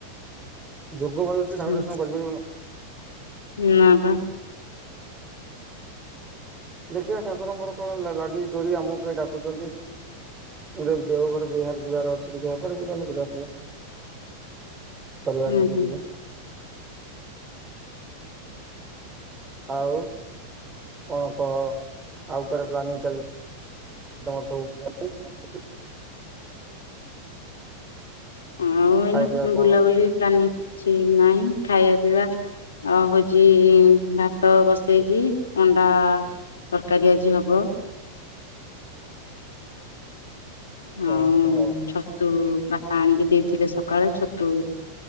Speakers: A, on the right; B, on the left.
A: ଯୋଗ ଭଲ ନଥିଲେ ଠାକୁର
B: ହଁ
A: ଦର୍ଶନ କରିପାରିବୁନୁ।
B: ନାପା <inaudible>
A: ଦେଖିବା ଠାକୁରଙ୍କର କଣ ଲାଗିଛି ଡୋରି ଆମକୁ କେବେ ଡାକୁଛନ୍ତି। ଗୁଟେ ଦେଓଘର ବିହାର ଯିବାର ଅଛି ଦେହ କଣ ବୁଲ ପରିବାର
B: ହୁଁ
A: ନେଇକି
B: ହୁଁ
A: ଯିବେ। ଆଉ କଣ କହ ଆଉ କୁଆଡେ ପ୍ଲାନିଂ ଚାଲି ତମର ସବୁ <unintelligible>
B: ଆଉ ଏଇନୁ
A: ଖାଇବା ପିଇବା କଣ?
B: ବୁଲାବୁଲି ପ୍ଲାନିଂ କିଛିନାଇଁ ଖାଇବା ପିଇବା ଅ ହଉଛି ଭାତ ବସେଇଛି ଅଣ୍ଡା ତରକାରୀ ଆଜି ହବ।
A: ଓହୋ
B: ଆଉ ଛତୁ ବାପା ଆଣିକି ଦେଇଥିଲେ ସକାଳେ ଛତୁ